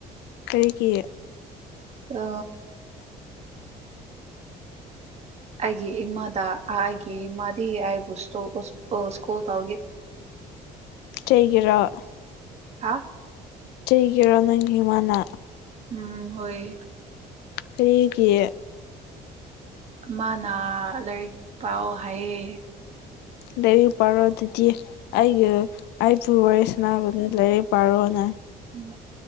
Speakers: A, on the left (about 80°); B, on the right (about 40°).
A: ꯀꯔꯤꯒꯤ
B: ꯑ ꯑꯩꯒꯤ ꯏꯃꯥꯗ ꯑꯩꯒꯤ ꯏꯃꯥꯗꯤ ꯑꯩꯕꯨ ꯁꯇꯣ ꯁ꯭ꯀꯨꯜ ꯇꯥꯎꯒꯦ
A: ꯆꯩꯒꯔ
B: ꯍꯥ
A: ꯆꯩꯒꯤꯔꯣ ꯅꯪꯒꯤꯃꯅꯥ
B: ꯎꯝ ꯍꯣꯏ
A: ꯀꯔꯤꯒꯤ
B: ꯃꯥꯅ ꯂꯥꯏꯔꯤꯛ ꯄꯥꯎ ꯍꯥꯏꯌꯦ
A: ꯂꯥꯏꯔꯤꯛ ꯄꯥꯔꯣ ꯑꯗꯨꯗꯤ ꯑꯩꯒꯤ ꯑꯩꯕꯨ ꯋꯥꯔꯤ ꯁꯅꯥꯗꯨꯅ ꯂꯥꯏꯔꯤꯛ ꯄꯥꯔꯣꯅ
B: ꯎꯝ